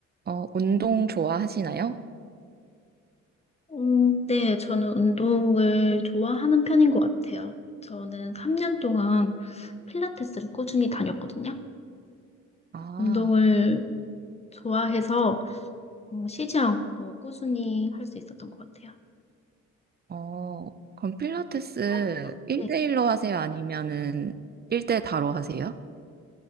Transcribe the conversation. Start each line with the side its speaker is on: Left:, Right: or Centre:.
Right: 어, 운동 좋아하시나요?
Left: 음, 네, 저는 운동을 좋아하는 편인 것 같아요. 저는 3년 동안 필라테스를 꾸준히 다녔거든요.
Right: 아,
Left: 운동을 좋아해서 어, 쉬지 않고 꾸준히 할 수 있었던 것 같아요.
Right: 어, 그럼 필라테스
Left: 운동 좋아?
Right: 1대1로
Left: 네.
Right: 하세요? 아니면은 1대 다로 하세요?